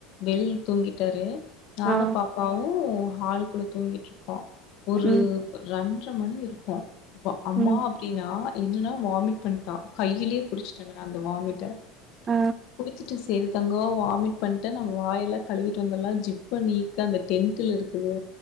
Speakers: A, on the left; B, on the right.
A: வெளியில் தூங்கிட்டாரு நானு
B: ஆ
A: பாப்பாவு ஹால் குள்ள தூங்கிட்டு இருக்கோ ஒரு
B: ம்
A: ரன் ட்ற மணி இருக்கும் ப்பா அம்மா
B: ம்
A: அப்படின்னா எல்லா வாமிட் பண்ட்டா கையிலயே புடிச்சுட்ட நா அந்த வாமிட் டா
B: அ
A: குடிச்சிட்டு சேரி தங்கோ வாமிட் பண்ட்ட நம்ம வாயெல்லா‌ கழுவிட்டு வந்தட்லா ஜிப் நீக்க அந்த டெண்த்ல இருக்குது